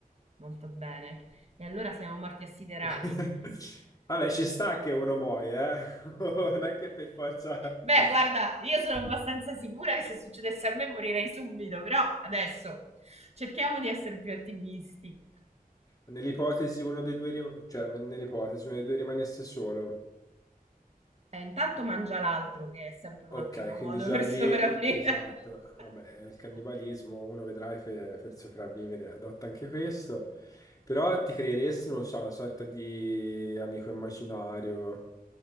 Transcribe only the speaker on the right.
molto bene. E allora siamo morti assiderati.
<laughs>
Beh,
guarda, io sono abbastanza sicura che se succedesse a me morirei subito, però adesso cerchiamo di essere più ottimisti.
Eh, intanto mangia l'altro, che è sempre un
ottimo modo
per
sopravvivere.
<laughs>